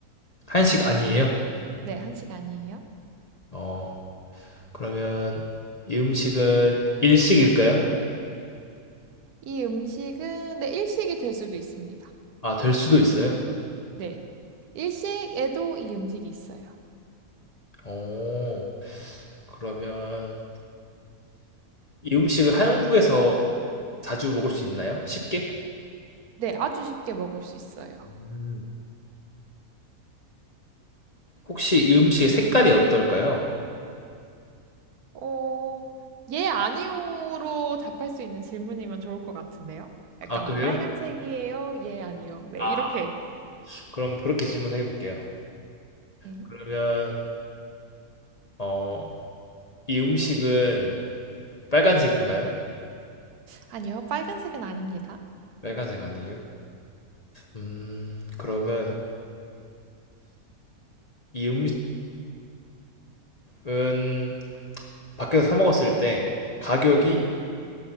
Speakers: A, on the left (about 40°); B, on the right (about 85°).
A: 한식 아니에요?
B: 네, 한식 아니에요.
A: 어, 그러면 이 음식은 일식일까요?
B: 이 음식은, 네, 일식이 될 수도 있습니다.
A: 아, 될 수도 있어요.
B: 네. 일식에도 이 음식이 있어요.
A: 어, 그러면 이 음식을 한국에서 자주 먹을 수 있나요? 쉽게?
B: 네, 아주 쉽게 먹을 수 있어요.
A: 음. 혹시 이 음식의 색깔이 어떨까요?
B: 어, 예, 아니요로 답할 수 있는 질문이면 좋을 것 같은데요? 약간
A: 아, 그래요?
B: 뭐 빨간색이에요? 예, 아니요. 네,
A: 아,
B: 이렇게.
A: 그럼 그렇게 질문해 볼게요.
B: 네.
A: 그러면 어, 이 음식은 빨간색인가요?
B: 아니요, 빨간색은 아닙니다.
A: 빨간색 아니에요? 음, 그러면 이 음식은 밖에서 사 먹었을 때 가격이